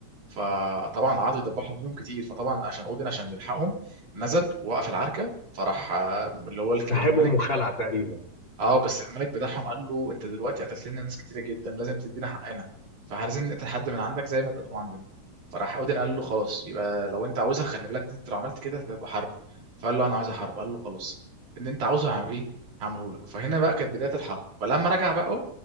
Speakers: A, on the right; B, on the left.
A: فطبعا قعدوا يدبحوا منهم كتير فطبعا عشان اودن عشان يلحقهم نزل ووقف العركه فراح آه، اللي هو الك-
B: سحبهم
A: الملك
B: وخلع تقريبا
A: اه بس الملك بتاعهم قال له انت دلوقتي قتلت لنا ناس كتيره جدا لازم تدينا حقنا فلازم نقتل حد من عندك زي ما اتقتلوا عندنا فراح اودن قال له خلاص يبقى لو انت عاوزها خلي بالك دي انت لو عملت كده هتبقى حرب فقال له انا عاوز حرب قال له خلاص اللي انت عاوزه هعمل ايه هعمله لك فهنا بقى كانت بدايه الحرب فلما رجع بقى